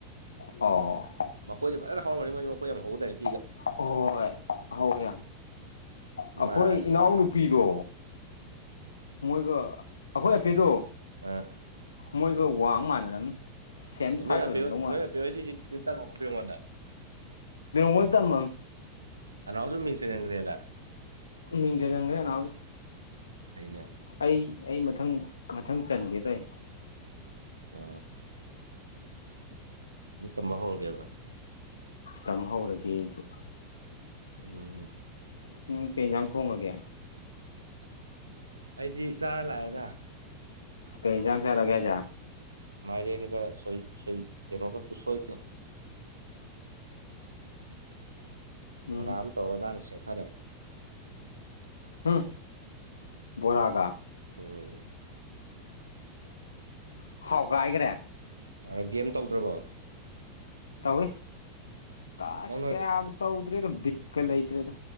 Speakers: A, on the left; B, on the right.
A: ꯑꯣ
B: ꯃꯈꯣꯏꯗꯤ ꯐꯖꯅ ꯍꯧꯔꯅꯤ ꯃꯣꯏ ꯃꯈꯣꯏ ꯌꯥꯝ ꯍꯧꯗꯅꯤ
A: ꯍ ꯍꯣꯏ ꯍ ꯌꯥ ꯑꯩꯈꯣꯏ
B: ꯃꯥꯅꯤ
A: ꯏꯅꯥꯎꯅꯨꯄꯤꯗꯣ ꯃꯣꯏꯒ ꯑꯩꯈꯣꯏ ꯑꯄꯦꯗꯣ
B: ꯑꯥ
A: ꯃꯣꯏꯒ ꯋꯥꯡ ꯃꯥꯟꯅꯔꯝꯅꯤ ꯁꯦꯝ ꯁꯥꯏꯖ
B: ꯅꯣꯏ ꯑꯄꯦ
A: ꯑꯣꯏꯔꯝꯗꯧ ꯃꯥꯜꯂꯦ
B: ꯅꯣꯏ ꯑꯄꯦ ꯍꯣꯏꯗꯤ ꯁꯤꯗ ꯇꯝꯃꯛꯄ꯭ꯔꯣ ꯑꯩꯉꯣꯟꯗ
A: ꯃꯣꯜ ꯇꯃꯝ
B: ꯅꯅꯥꯎꯁꯨ ꯃꯤꯡ ꯆꯟꯍꯟꯈ꯭ꯔꯦꯗ
A: ꯃꯤꯖꯖꯪꯒꯦꯅ
B: ꯐꯩꯅꯦ
A: ꯑꯩ ꯑꯩ ꯃꯊꯪ ꯃꯊꯪ ꯆꯟꯒꯦ ꯇꯏ
B: ꯑ ꯃꯨ ꯇꯝꯕ ꯍꯧꯔꯒꯦꯕ
A: ꯇꯝꯍꯧꯔꯒꯦ ꯑꯩꯁꯨ
B: ꯎꯝ
A: ꯎꯝ ꯇꯦꯟꯖꯥꯡ ꯊꯣꯡꯉꯒꯦ
B: ꯑꯩꯗꯤ ꯆꯥꯔ ꯂꯥꯛꯑꯗ
A: ꯀꯩꯖꯥꯡ ꯁꯔꯒꯌꯥꯖ
B: ꯃꯥꯏꯔꯦꯟꯒ ꯁꯣꯏꯠ ꯁꯣꯏꯠ ꯀꯩꯅꯣꯒ ꯎꯁꯣꯏꯒ
A: ꯎꯝ
B: ꯔ ꯑꯝꯇꯔꯦꯁ ꯈꯔꯦ
A: ꯎꯝ ꯣꯔꯥꯒ
B: ꯎꯝ
A: ꯍꯥꯎ ꯀꯥꯏꯒꯔꯦ
B: ꯑꯔ ꯒꯦꯝ ꯇꯧꯗ꯭ꯔꯕꯣ
A: ꯇꯧꯋ ꯇꯥꯁ
B: ꯅꯪꯅ
A: ꯀꯕ ꯇꯧꯗꯔꯦ ꯤꯀ ꯂꯩꯇꯔꯦ